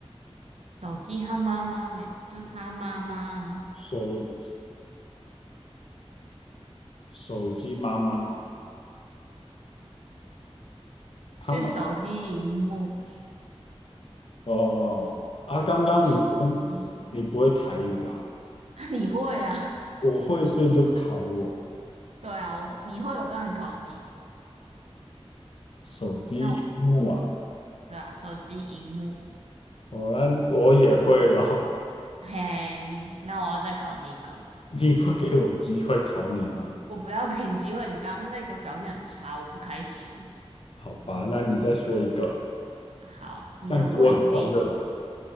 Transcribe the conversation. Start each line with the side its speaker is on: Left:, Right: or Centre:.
Right: 手机他妈妈没，就他妈妈啊
Left: 手手机妈妈，他妈
Right: 是手机荧幕，
Left: 哦哦哦啊，刚刚你说
Right: 手机。
Left: 你不会台语啊，
Right: <laughs> 你会啊？
Left: 我会，所以你就考我
Right: 对啊，我你会，我当然考你。
Left: 手机荧幕啊，
Right: 那我对啊，手机荧幕。
Left: 我那我也会咯，
Right: 嘿，那我要再考你一个。
Left: <laughs> 你不给我机会考你吗？
Right: 我不要给你机会，你刚刚那个表现很差，我不开心。
Left: 好吧，那你再说一个，
Right: 好，你的胃可以，
Left: 但是我很快乐诶，